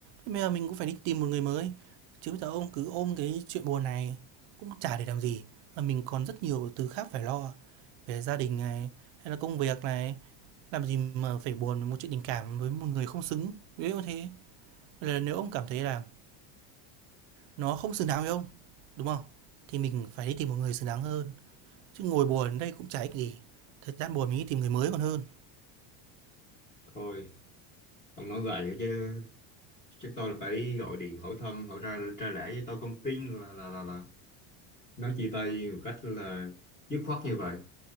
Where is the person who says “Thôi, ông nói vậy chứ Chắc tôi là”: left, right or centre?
Left